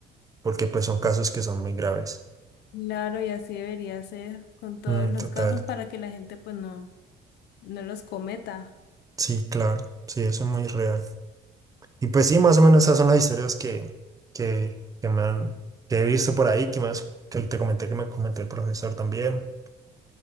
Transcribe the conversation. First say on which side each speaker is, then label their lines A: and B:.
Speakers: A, on the right; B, on the left.
A: porque pues son casos que son muy graves.
B: Claro, y así debería ser con todos
A: Mm,
B: los
A: total,
B: casos para que la gente pues no, no los cometa.
A: sí, claro, sí, eso es muy real. Y pues sí, más o menos esas son las historias que, que, que me han, que he visto por ahí, que más, que te comenté que me comentó el profesor también.